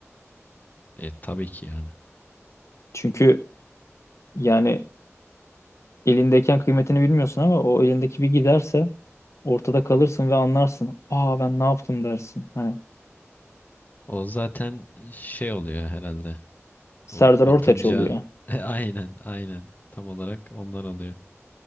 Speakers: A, on the left (about 35°); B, on the left (about 70°).
A: E, tabii ki yani.
B: Çünkü yani elindeyken kıymetini bilmiyorsun ama o elindeki bir giderse ortada kalırsın ve anlarsın. Aa ben ne yaptım dersin. Hani
A: O zaten şey oluyor herhalde.
B: Serdar
A: O batınca
B: Ortaç oluyor.
A: <laughs> E, aynen aynen tam olarak onlar oluyor.